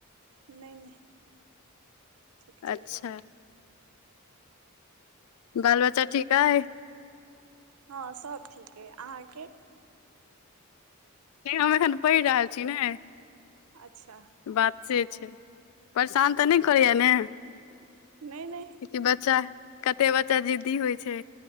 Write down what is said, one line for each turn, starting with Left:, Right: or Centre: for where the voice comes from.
Right: नहि नहि ठीक चलि
Left: अच्छा
Right: रहल।
Left: बाल बच्चा ठीक अई?
Right: हँ सब ठीक हइ। अहाँके?
Left: नहि हम एखन पढ़ि रहल छी ने।
Right: अच्छा
Left: बात से छै परेशान तऽ नहि करैया ने?
Right: नै नै
Left: कते बच्चा, कते बच्चा जिद्दी होइ छै